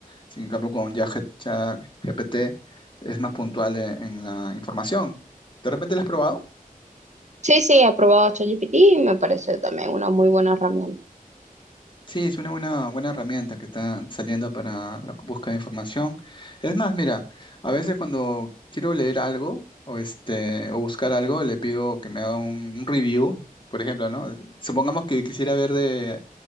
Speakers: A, on the left (about 30°); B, on the right (about 50°).
A: Sin cambio, con ChatGPT es más puntual en, en la información. ¿De repente lo has probado?
B: Sí, sí, he probado ChatGPT y me parece también una muy buena herramienta.
A: Sí, es una buena, buena herramienta que está saliendo para la búsqueda de información. Es más, mira, a veces cuando quiero leer algo o, este, o buscar algo, le pido que me haga un, un review, por ejemplo, ¿no? Supongamos que quisiera ver de,